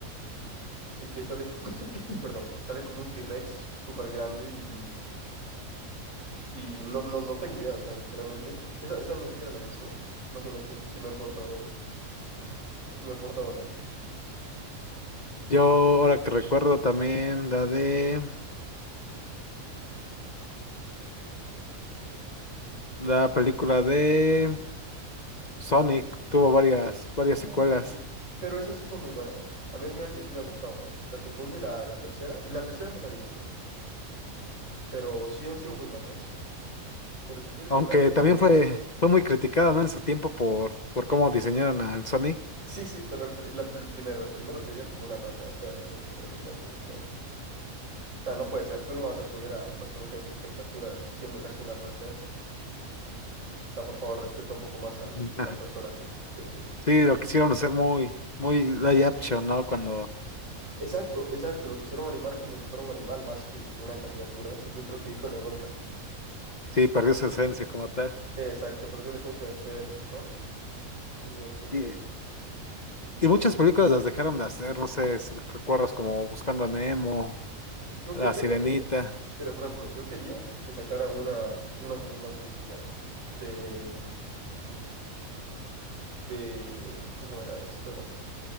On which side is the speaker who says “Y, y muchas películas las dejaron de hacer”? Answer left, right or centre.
Left